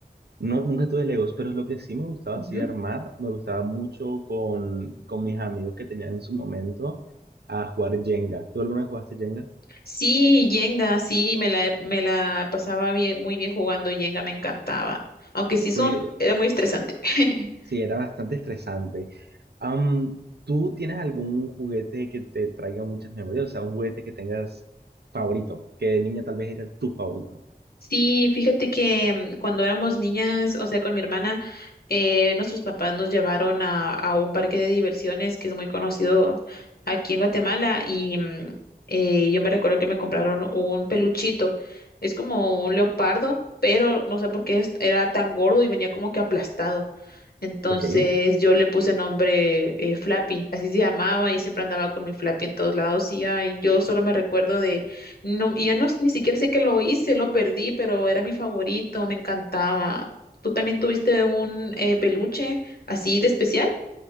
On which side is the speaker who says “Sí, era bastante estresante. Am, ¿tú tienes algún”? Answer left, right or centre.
Right